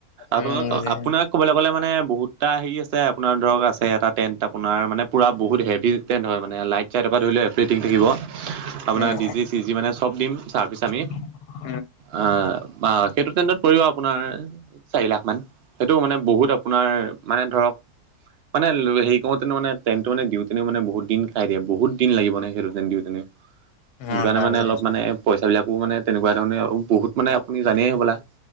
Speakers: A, on the right; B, on the left.
A: আপোনালোকৰ
B: উম বুজিছো।
A: আপোনাক ক'বলৈ গ'লে মানে বহুতটা হেৰি আছে অপোনাৰ ধৰক আছে এটা টেণ্ট আপোনাৰ মানে পুৰা বহুত হেভি টেণ্ট হয়। মানে লাইট ছাইটৰ পৰা ধৰি লও এভৰিথিং থাকিব আপোনৰ
B: উম
A: ডি জি চি জি মানে চব দিম। চাৰ্ভিছ আমি
B: <unintelligible>
A: অ' বা সেইটো তেনদত পৰিব অপোনাৰ চাৰি লাখ মান সেইটো মানে বহুত আপোনাৰ মানে ধৰক মানে হেৰি কৰোঁতে মানে তেণ্টো মানে দিওঁতেনে মানে বহুত দিন খাই দিয়ে বহুত দিন লাগিবনে সেইটো তেন দিওঁতে। সেইটো
B: অ
A: কাৰনে
B: হয়
A: মানে
B: বুজিছো
A: অলপ মানে পইচাবিলাকো মানে তেনেকুৱা ধৰণে আৰু বহুত মানে আপুনি জানেই হ'বলা